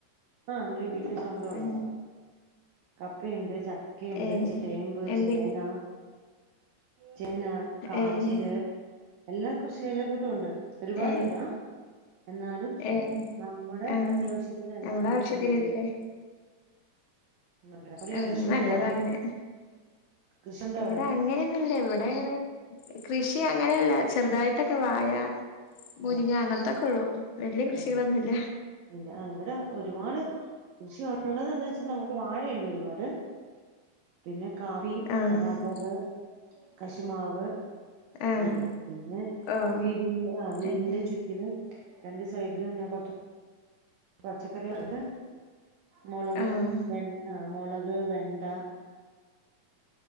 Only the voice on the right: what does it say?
ആഹ് ന വീട്ടില് സ്വന്തം ഉള്ളതാ
കപ്പയുണ്ട് ചക്കയുണ്ട്
ചേമ്പ്
ചേന ചേന കാച്ചില്
എല്ലാ കൃഷിയില കൂട്ടുംണ്ട് ഒരുപാടില്ല
എന്നാലും
നമ്മുടെ
അത്യാവശ്യത്തിനല്ല
നമ്മുടെ
വീട്ടിൽ ഉണ്ട് അവിടെയോ
കൃഷികളുണ്ടോ
കൃഷിയുണ്ടോ
അവിടെ
ആ
അതെ ഇല്ല ഇവിടെ ഒരുപാട് കൃഷിള്ളതന്ന് വെച്ചൽ നമുക്ക് വാഴ ഉണ്ട് ഒരുപാട് പിന്നെ കാപ്പി
റബർ കശുമാവ്
അതൊക്കെ പിന്നെ
വീടിന്റെ ആ വീടിന്റെ
ചുറ്റിലും രണ്ട് സൈഡിലും ഞാൻ കുറച്ച് പച്ചക്കറണ്ട് മുളക്
ആ മുളക് വെ ട്ട